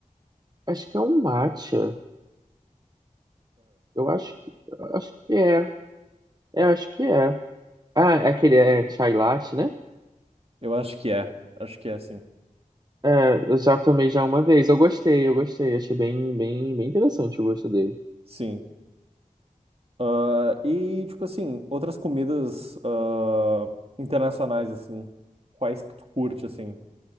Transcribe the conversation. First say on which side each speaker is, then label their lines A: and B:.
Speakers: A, on the right; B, on the right.
A: acho que é um matcha. Eu acho que eu acho que é. É, acho que é. Ah, é aquele é chai latte, né?
B: Eu acho que é. Acho que é, sim.
A: É, eu já tomei já uma vez. Eu gostei, eu gostei. Achei bem, bem, bem interessante o gosto dele.
B: Sim. Ah, e, tipo assim, outras comidas ah, internacionais, assim. Quais que tu curte, assim?